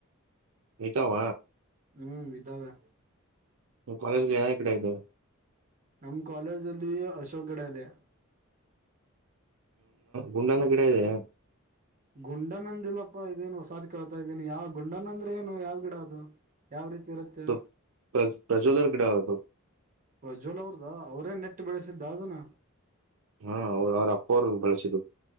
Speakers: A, on the right; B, on the right.
A: ಐತವ.
B: ಹ್ಮ್ ವಿದ್ದಾವೇ
A: ಕಾಲೇಜ್ ಯಾ ಯಾ ಈ ಕಡೆ ಇದ್ದಾವೆ.
B: ನಮ್ ಕಾಲೇಜಲ್ಲಿ ಅಶೋಕ್ ಗಿಡ ಇದೆ.
A: ಗುಂಡನ ಗಿಡ ಇದೆ
B: ಗುಂಡ ನಂದಿಲ್ಲಪ್ಪ ಇದೇನು ಹೊಸಾದ್ ಕೇಳ್ತಾ ಇದ್ದೀನಿ ಯಾವ ಗುಂಡನ ಅಂದ್ರೆ ಏನು ಯಾವ್ ಗಿಡ ಅದು ಯಾವ ರೀತಿ ಇರುತ್ತೆ
A: ಪ್ರ ಪ್ರಚೋದನ ಗಿಡವ
B: ಪ್ರಜ್ವಲ್ ಅವ್ರದ ಅವ್ರೇ ನೆಟ್ ಬೆಳೆಸಿದ್ದ ಅದನ.
A: ಹಾ ಅವ ಅವ್ರ ಅಪ್ಪ ಅವ್ರ ಬೆಳಸಿದ್ದ್